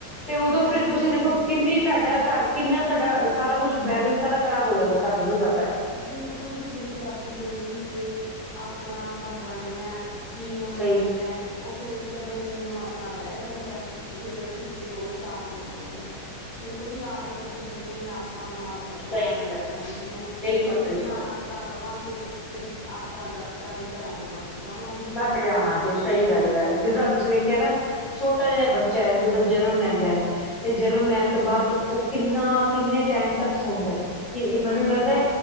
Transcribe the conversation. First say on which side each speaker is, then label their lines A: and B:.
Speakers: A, on the left (about 35°); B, on the left (about 65°).
A: ਤੇ ਓਦੋਂ
B: ਹਾਂਜੀ
A: ਫਿਰ ਤੁਸੀਂ
B: ਹਾਂਜੀ
A: ਦੇਖੋ ਕਿੰਨੀ ਤਾਡਾ ਘਰ ਕਿੰਨਾ ਤਾਡਾ ਸਾਰਾ ਕੁਛ ਬੈਲੈਂਸ ਸਾਰਾ ਖਰਾਬ ਹੋ ਜਾਂਦਾ ਤਾਨੂੰ ਵੀ ਪਤਾ।
B: ਬਿਲਕੁਲ ਜੀ ਬਿਲਕੁਲ ਆਪਨੀ ਡੇਲੀ ਜੇੜੀ ਆਪਨਾ-ਆਪਨਾ ਬਨੇਐ। ਨਿਯਮ
A: ਸਹੀ
B: ਬਨੇ ਐ। ਓ ਫੇਰ ਇੱਕਦਮ ਨਿਯਮ ਆਪਨਾ ਰੈ ਜਾਂਦਾ ਤੇ ਫੇਰ ਓ ਸਰੀਰ ਓਸ ਸਾਬ ਨਾਲ ਹੋ ਜਾਂਦੈ। ਦੇਖੋ ਜੀ ਆਦਤ ਚੰਗੀਆਂ ਈ ਆਪਾਂ ਨੂੰ ਅਪਨਾਨੀਆਂ
A: ਸਹੀ ਗੱਲ ਹੈ,
B: ਚਾਈਦੀਆਂ
A: ਬਿਲਕੁਲ-ਬਿਲਕੁਲ
B: ਚੰਗੀਆਂ ਆ ਆਦਤਾਂ ਲਵਾਂਗੇ ਤੇ ਆਪਾਂ ਡਾਕਟਰਾਂ ਦੇ ਘਰਾਂ ਤੋਂ ਬਚ ਜਾਵਾਂਗੇ।
A: ਬਚ ਜਾਵਾਂਗੇ ਸਈ ਗੱਲ ਐ ਜਿੱਦਾਂ ਤੁਸੀਂ ਵੇਖਿਆ ਨਾ ਛੋਟਾ ਜਿਆ ਬੱਚੈ ਜਦੋਂ ਜਨਮ ਲੈਂਦਾ ਤੇ ਜਨਮ ਲੈਨ ਤੋਂ ਬਾਦ ਓ ਕਿੰਨਾ ਕਿੰਨੇ ਟੈਮ ਤੱਕ ਸੌਂਦੈ। ਕੀ ਏ ਮੈਨੂੰ
B: ਹਾਂਜੀ
A: ਲੱਗਦਾ